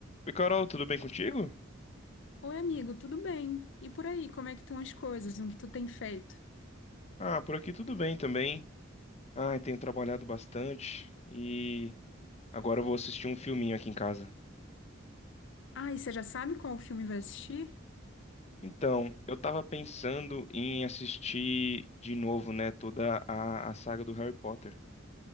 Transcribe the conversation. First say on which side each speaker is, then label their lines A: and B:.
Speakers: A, on the left; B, on the left.
A: Oi, Carol, tudo bem contigo?
B: Oi, amigo, tudo bem? E por aí, como é que estão as coisas? O que tu tem feito?
A: Ah, por aqui tudo bem também. Ah, tenho trabalhado bastante e agora eu vou assistir um filminho aqui em casa.
B: Ah, e você já sabe qual filme vai assistir?
A: Então, eu tava pensando em assistir de novo, né, toda a, a saga do Harry Potter.